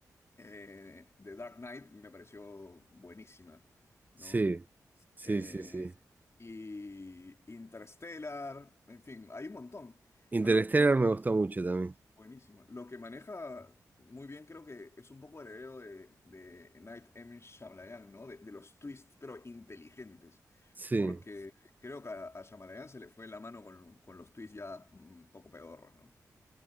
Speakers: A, on the left; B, on the right.
A: eh, The Dark Knight me pareció buenísima, ¿no?
B: sí, sí,
A: Eh,
B: sí, sí.
A: y Interstellar, en fin, hay un montón.
B: Interstellar
A: Pero lo- creo que lo
B: me gustó mucho también.
A: Buenísimo. Lo que maneja muy bien creo que es un poco heredero de, de Night M. Shyamalan, ¿no? De, de los twists, pero inteligentes.
B: Sí.
A: Porque creo que a, a Shyamalan se le fue la mano con, con los twists ya mm, un poco pedorros, ¿no?